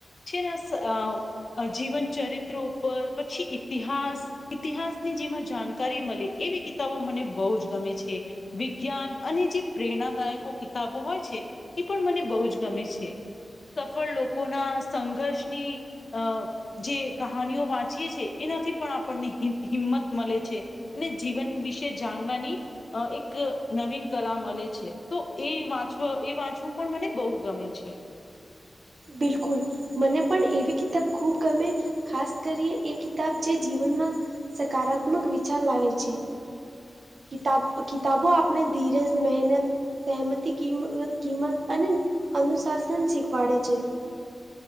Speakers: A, on the left (about 60°); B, on the right (about 70°).
A: છેને અ જીવન ચરિત્રો ઉપર પછી ઇતિહાસ. ઇતિહાસની જેમાં જાણકારી મળે એવી કિતાબો મને બહુ જ ગમે છે. વિજ્ઞાન અને જે પ્રેરણાદાયકો કિતાબો હોય છે એ પણ મને બહુ જ ગમે છે. સફળ લોકોના સંઘર્ષની અ જે કહાનીઓ વાંચીએ છીએ એનાથી પણ આપણને હિંમત મલે છે. અને જીવન વિશે જાણવાની અ એક નવીન કલા મલે છે તો એ વાંચવ એ વાંચવું પણ મને બહ ગમે છે.
B: બિલકુલ. મને પણ એવી કિતાબ ખૂબ ગમે ખાસ કરીએ એ કિતાબ જે જીવનમાં. સકારાત્મક વિચાર લાવે છે. કતાબ કતાબો આપણે ધીરેજ, મહેનત. સહેમતી ક કિંમત અને અનુશાસન શીખવાડે છે. <inaudible>